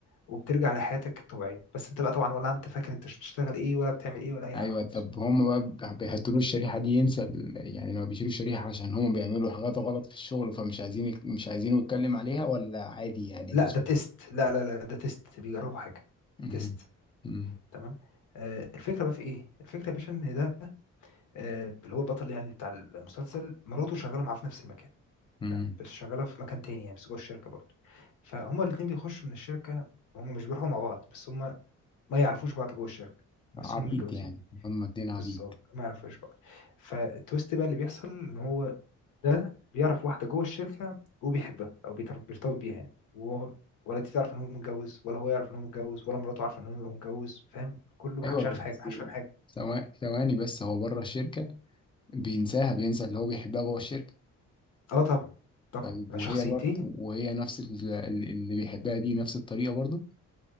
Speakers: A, on the left; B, on the left.
A: وبترجع لحياتك الطبيعيه بس انت بقى طبعا ولا انت فاكر انت بتشتغل ايه ولا بتعمل ايه ولا اي
B: ايوه
A: حاجه خالص
B: طب هم بقى بيحطوا له الشريحة دي ينسى ال- يعني لما بيشيلوا الشريحة عشان هم بيعملوا حاجات غلط في الشغل فمش عايزين يك- مش عايزينه يتكلم عليها ولا عادي يعني
A: لا
B: ده شغل
A: ده تيست لا لا لا ده تيست بيجربوا حاجه
B: مم.
A: تيست
B: مم.
A: تمام آه الفكره بقى في ايه الفكره يا باشا ان ده آه اللي هو البطل يعني بتاع المسلسل مراته شغاله معاه في نفس المكان
B: مم.
A: تمام بس شغاله في مكان تاني يعني بس جوه الشركه برضه فهما الاثنين بيخشوا من الشركه هما مش بيروحوا مع بعض بس هما ما يعرفوش بعض جوه الشركه
B: عبيط
A: بس هما متجوزين
B: يعني هم اتنين عبيط
A: بالظبط ما يعرفوش بعض فالتويست بقى اللي بيحصل ان هو ده بيعرف واحده جوه الشركه وبيحبها او بيتر- بيرتبط بيها يعني وهو ولا دي تعرف ان هو متجوز ولا هو يعرف ان هو متجوز ولا مراته عارفه ان هو متجوز فاهم كله محدش
B: ايوه
A: عارف
B: بس
A: حاجه محدش فاهم حاجه
B: ثوا- ثواني بس هو بره الشركة بينساها بينسى اللي هو بيحبها جوه الشركة
A: اه طبعا طبعا
B: طيب وهي
A: شخصيتين
B: برضه وهي نفس ال- ال- اللي بيحبها دي نفس الطريقة برضه